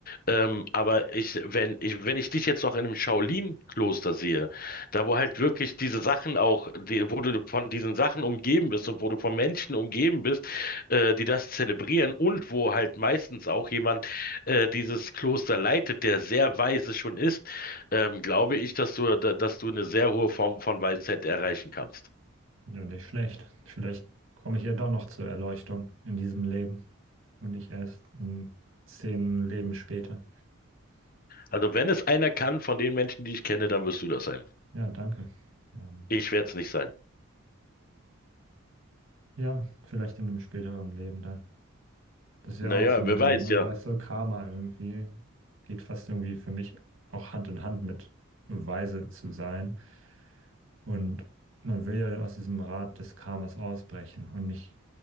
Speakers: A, on the left; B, on the right.
A: Ähm, aber ich, wenn ich, wenn ich dich jetzt noch in einem Shaolin-Kloster sehe, da wo halt wirklich diese Sachen auch, die, wo du von diesen Sachen umgeben bist und wo du von Menschen umgeben bist, äh, die das zelebrieren und wo halt meistens auch jemand äh, dieses Kloster leitet, der sehr weise schon ist, ähm, glaube ich, dass du, da- dass du eine sehr hohe Form von Weisheit erreichen kannst.
B: Ja, nicht schlecht. Vielleicht komme ich ja doch noch zur Erleuchtung in diesem Leben und nicht erst in zehn Leben später.
A: Also wenn es einer kann von den Menschen, die ich kenne, dann wirst du das sein.
B: Ja, danke. Ähm,
A: Ich werde es nicht sein.
B: ja, vielleicht in einem späteren Leben dann. Das ist ja
A: Naja,
B: auch so ein
A: wer
B: Ding,
A: weiß,
B: ne?
A: ja.
B: Weißt du, Karma irgendwie geht fast irgendwie für mich auch Hand in Hand mit weise zu sein Und man will ja aus diesem Rad des Karmas ausbrechen und nicht